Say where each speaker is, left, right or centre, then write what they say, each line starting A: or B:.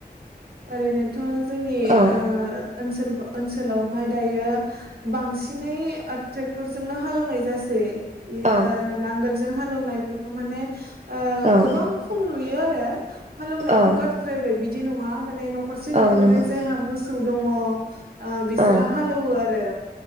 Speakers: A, on the right; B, on the right.
A: ओरैनो त जोंनि
B: औ
A: ओ ओनसोल ओसोलावहाय दायो बांसिनै ओ ट्रेक्टरजोंनो हालौनाय जासै बि
B: औ
A: ओ नांगोल जों हालौनायफोरखौ माने ओ
B: औ
A: गोबां खम नुयो <inaudible> हालौवनायखौ
B: औ
A: गारद्रायबाय बिद दि नङा माने नखरसे नखरनै
B: औ नंगौ
A: जायहा मोसौ औ दङ आ बिसोरा
B: औ
A: हालौओ आरो